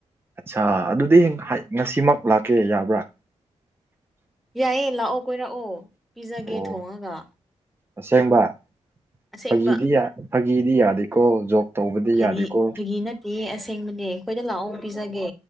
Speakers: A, on the right; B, in the centre.
A: ꯑꯠꯆꯥ ꯑꯗꯨꯗꯤ ꯉꯁꯤꯃꯛ ꯂꯥꯛꯀꯦ ꯌꯥꯕ꯭ꯔꯥ
B: ꯌꯥꯏꯌꯦ ꯂꯥꯛꯑꯣ ꯀꯣꯏꯔꯛꯑꯣ ꯄꯤꯖꯒꯦ
A: ꯑꯣ
B: ꯊꯣꯡꯉꯒ
A: ꯑꯁꯦꯡꯕ
B: ꯑꯁꯦꯡꯕ
A: ꯐꯥꯒꯤꯗꯤ ꯌꯥ ꯐꯥꯒꯤꯗꯤ ꯌꯥꯗꯦꯀꯣ ꯖꯣꯛ ꯇꯧꯕꯗꯤ
B: ꯐꯒꯤ
A: ꯌꯥꯗꯦꯀꯣ
B: ꯐꯒꯤ ꯅꯠ ꯀꯤ ꯑꯁꯦꯡꯕꯅꯦ ꯑꯩꯈꯣꯏꯗ ꯂꯥꯛꯑꯣ ꯄꯤꯖꯒꯦ